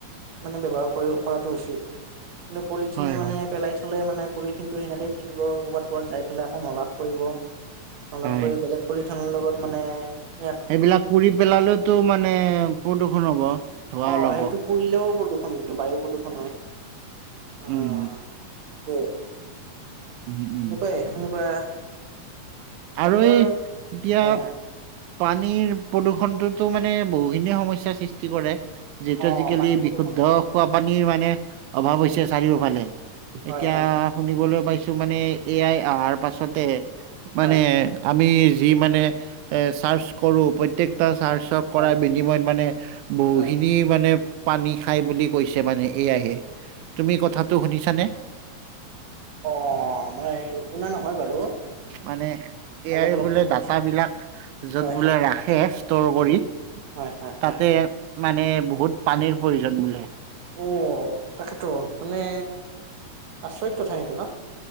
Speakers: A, on the right; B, on the right.
A: মানে ব্যৱহাৰ কৰাটো উচিত কিন্তু পলিথিনে
B: হয়
A: মানে
B: হয়
A: পেলাই থলে মানে পলিথিন টো সেনেকয়ে থাকিব ক'ৰবাত পৰাত যাই পেলাই আকৌ নলাত পৰিব, নলাত
B: হয়
A: পৰি বেলেগ প্ৰদূষণৰ লগত মানে -
B: সেইবিলাক কৰি পেলালেতো মানে প্ৰদূৰষণ হব। ধোঁৱা
A: অ',
B: ওলাব।
A: সেইটো পৰিলেও প্ৰদূষণ কিন্তু বায়ু প্ৰদূষণ হয়। অ
B: উম,
A: <inaudible>
B: উম, উম,
A: এনেকুৱাই সেনেকুৱা
B: আৰু
A: এনেকুৱা
B: এই এতিয়া
A: হয় হয়
B: পানীৰ প্ৰদূৰ্ষণটোতো মানে বহুখিনি সমস্যা সৃষ্টি কৰে যিতু
A: অ
B: আজিকালি
A: পানী প্ৰদূষণ
B: বিশুদ্ধ খোৱা পানীৰ মানে অভাৱ হৈছে চাৰিওফালে
A: হয়
B: এতিয়া
A: হয় হয়
B: শুনিবলৈ পাইছো মানে এ আই অহাৰ পাছতে মানে
A: হয়
B: আমি যি মানে এ চাৰ্চ কৰো প্ৰত্যেকটা চাৰ্চ কৰাৰ
A: হয়
B: বিনিময়ত মানে বহুখিনি
A: হয়
B: মানে পানী খাই বুলি কৈছে মানে এয়াহে তুমি কথাটো শুনিছানে?
A: অ', মই নুশুনা নহয় বাৰু।
B: মানে এ
A: অলপ
B: আই
A: অলপকৈ
B: বোলে
A: শুনিছিলো
B: ডাটাবিলাক য'ত
A: হয়
B: বোলে
A: হয়
B: ৰাখে ষ্টৰ কৰি।
A: হয় হয় হয়
B: তাতে মানে বহুত পানীৰ প্ৰয়োজন বোলে।
A: অ', তাকেতো মানে আচৰিত কথা সেইটো ন।